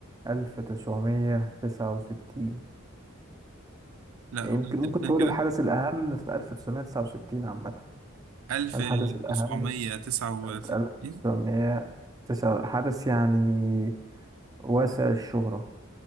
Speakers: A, on the right; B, on the right.
A: 1969
B: لا
A: يمكن
B: هو انت
A: ممكن
B: تاني
A: تقول
B: كده
A: الحدث الأهم في 1969 عامة
B: 1969
A: الحدث الأهم في 1909 حدث يعني واسع الشهرة